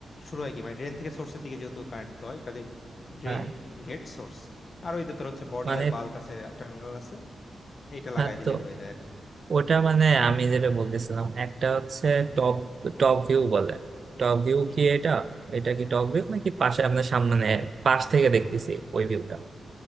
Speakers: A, on the left; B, on the right.
A: শুরু হয় কি মানে ড্রেন থেকে সোর্সের দিকে যেহেতু কারেন্ট ফ্লো হয় কাজেই ড্রেন
B: হ্যাঁ
A: গেট সোর্স আর ওইতে তোর হচ্ছে বডি
B: মানে
A: আর বাল্ক আছে টার্মিনাল আছে এইটা লাগাই
B: হ্যাঁ
A: দিলে
B: তো
A: হয়ে যায় আর কি
B: ওটা মানে আমি যেটা বলতেছিলাম একটা হচ্ছে টপ টপ ভিউ বলে টপ ভিউ
A: হুম
B: কি
A: হুম।
B: এটা এটা কি টপ ভিউ নাকি পাশে আপনার সামনে পাশ থেকে দেখতেছি ওই ভিউটা